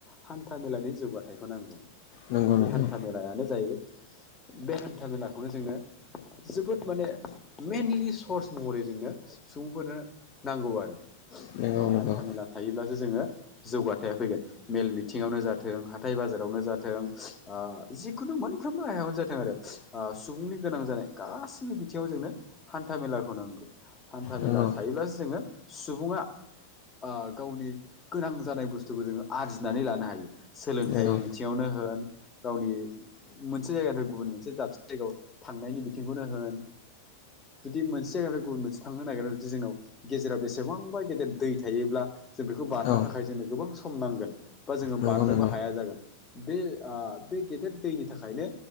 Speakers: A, on the left (about 20°); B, on the left (about 50°).
A: हान्था मेलानि जौगाथायाइखौ नांगौ
B: नंगौ
A: बे
B: नंगौ
A: हान्था मेलायानो जाहैबाय बे हान्था मेलाखौनो जोंनो जोबोद माने मेइनलि सर्स महरै जोंनो सुबुंफोरनो नांगौ आरो
B: नंगौ
A: बे
B: नंगौ
A: हान्था मेला थायोब्लासो जोङो जौगाथाया फैगोन मेल मिथिङावनो जाथों हाथाइ बाजारावनो जाथों ओ जिखुनु मोनफ्रोमबो आहायावनो जाथों आरो सुबुंनि गोनां जानाय गासैबो बिथिङाव जोंनो हान्था मेलाखौ नांगौ हान्था
B: नंगौ
A: मेला थायोब्लासो जोङो सुबुङा ओ गावनि गोनां जानाय बुस्थुखौ जोङो आरजिनानै लानो हायो सोलोंथाइ
B: नंगौ
A: बिथिङावनो होन गावनि मोनसे जायगानिफ्राय गुबुन मोनसे दाबसे जायगायाव थांनायनि बिथिंखौनो होन जुदि मोनसे जायगाफोर गुबुन मोनसे थांनो नागिरो जुदि जोंनाव गेजेराव बेसेबांबा गेदेर दै थायोब्ला जों बेखौ बारनो
B: औ
A: थाखाय जोंनो गोबां सम नांगोन बा जोङो
B: नंगौ
A: बारनोबो
B: नंगौ
A: हाया जागोन बे ओ बे गेदेर दैनि थाखायनो